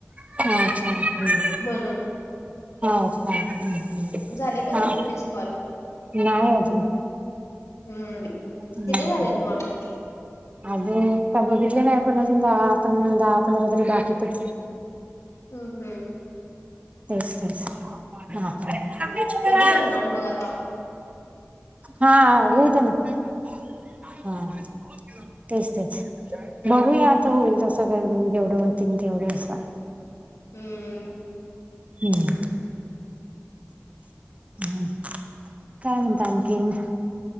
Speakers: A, on the right; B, on the left.
A: अच्छा ह
B: म्हणून
A: अच्छा. ह
B: झाले का
A: हा
B: तुमचे तीस कॉल?
A: नाही आजून.
B: हम्म
A: हम्म.
B: किती झालेत मगं?
A: अजून का बघितले नाही. पण अजून दहा पण दहा पंधरा तरी बाकी पडतील.
B: हम्म हम्म.
A: तेच तेच हा का.
B: कधी करणार मग आता?
A: हा होवू दे ना हा. तेच तेच बघूया आता होईल तसं जेवढे होतील तेवढे असं.
B: हम्म.
A: हम्म. हम, काय म्हणता आणखीन?